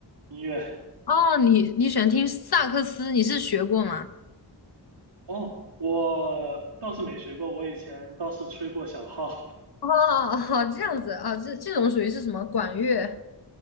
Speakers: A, on the right; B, on the left.
A: 音乐。
B: 哦，你你喜欢听萨克斯，你是学过吗？
A: 哦，我倒是没学过，我以前倒是吹过小号，
B: 哦哦，这样子啊，这这种属于是什么管乐